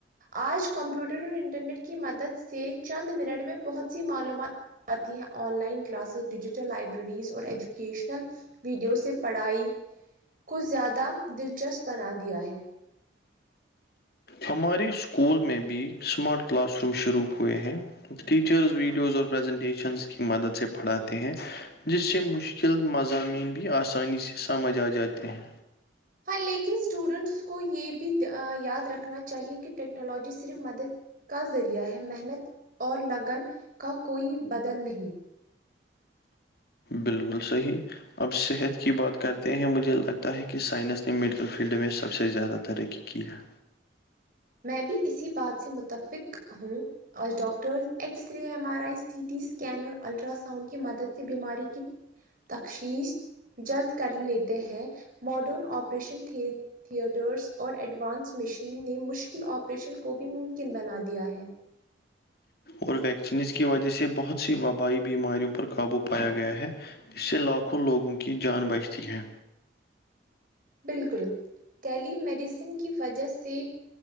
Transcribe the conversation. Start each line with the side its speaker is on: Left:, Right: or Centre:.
Right: آج کمپیوٹر اور انٹرنیٹ کی مدد سے چند منٹ میں بہت سی معلومات آتی ہے آن لائن کلاس اور ڈیجیٹل لائبرریز اور ایجوکیشنل ویڈیو سے پڑھائی کو زیادہ دلچسپ بنا دیا ہے
Left: ہمارے اسکول میں بھی اسمارٹ کلاس روم شروع ہوئے ہیں ٹیچرز ویڈیوز اور پریزنٹیشنس کی مدد سے پڑھاتے ہیں جس سے مشکل مضامین بھی آسانی سے سمجھ آ جاتے ہیں
Right: ہاں لیکن اسٹوڈنٹس کو یہ بھی دھ یاد رکھنا چاہیے کہ ٹیکنالوجی صرف مدد کا ذریعہ ہے محنت اور لگن کا کوئی بدل نہیں
Left: بالکل صحیح اب صحت کی بات کرتے ہیں مجھے لگتا ہے کہ سائنس نے میڈیکل فیلڈ میں سب سے زیادہ ترقی کیا
Right: میں بھی اسی بات سے متفق ہوں اور doctor x X-ray M R I C T scan اور الٹرا ساؤنڈ کی مدد سے بیماری کی تشخیص جلد کر لیتے ہیں ماڈرن آپریشن تھی تھیئٹرس اور ایڈوانس مشین نے مشکل آپریشن کو بھی ممکن بنا دیا ہے
Left: اور ویکسینس کی وجہ سے بہت سی وبائی بیماریوں پر قابو پایا گیا ہے اس سے لاکھوں لوگوں کی جان بچتی ہے
Right: بالکل ٹیلی میڈیسن کی وجہ سے